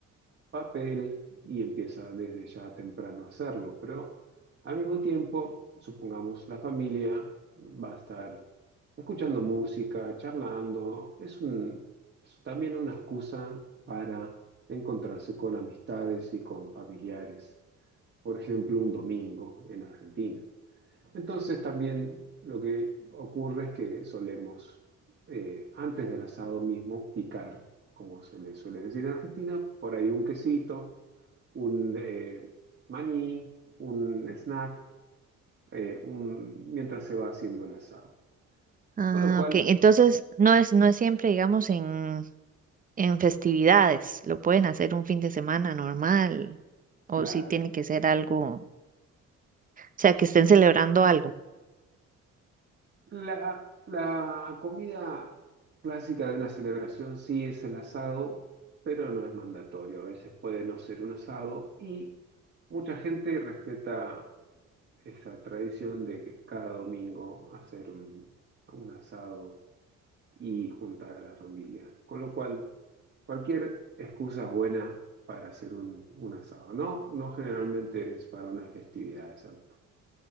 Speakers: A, on the right; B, on the right.
A: papel y empieza desde ya temprano a hacerlo. Pero al mismo tiempo, supongamos, la familia va a estar escuchando música, charlando. Es un- es también una excusa para encontrarse con amistades y con familiares. Por ejemplo, un domingo en Argentina. Entonces también lo que ocurre es que solemos, eh, antes del asado mismo, picar, como se le suele decir en Argentina, por ahí un quesito, un eh, maní, un snack, eh, un- mientras se va haciendo el asado.
B: Ah,
A: Con lo cual,
B: ok. Entonces,
A: s-
B: no
A: sí,
B: es, no es siempre, digamos, en, en festividades. Lo pueden hacer un fin de semana normal o
A: claro.
B: si tiene que ser algo, o sea, que estén celebrando algo.
A: La, la comida clásica de una celebración sí es el asado, pero no es mandatorio. A veces puede no ser un asado y mucha gente respeta esa tradición de que cada domingo hacer un, un asado y juntar a la familia. Con lo cual, cualquier excusa es buena para hacer un, un asado, ¿no? No generalmente es para una festividad, exacto.